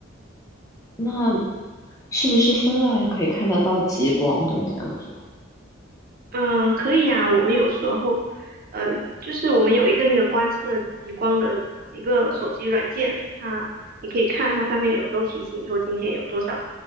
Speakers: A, on the left; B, on the right.
A: 那是不是芬兰也可以看得到极光？冬天的时
B: 嗯，可以呀。我们有时候，嗯，就是我们有一个那个观测极光的一个手机软件，它你可以看它上面有时候提醒说今天有多少，